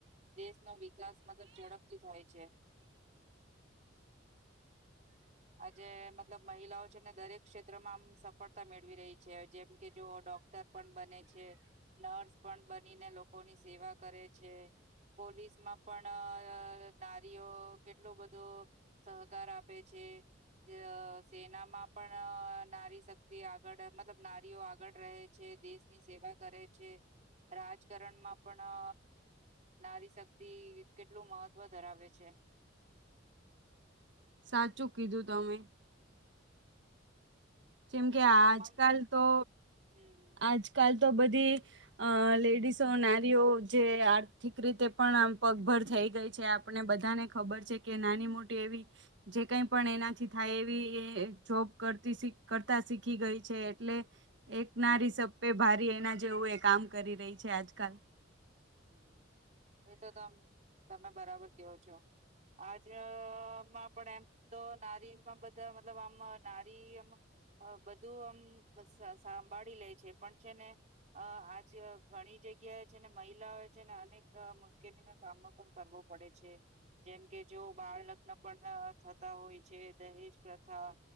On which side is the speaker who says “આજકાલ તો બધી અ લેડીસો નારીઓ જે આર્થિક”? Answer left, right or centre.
Right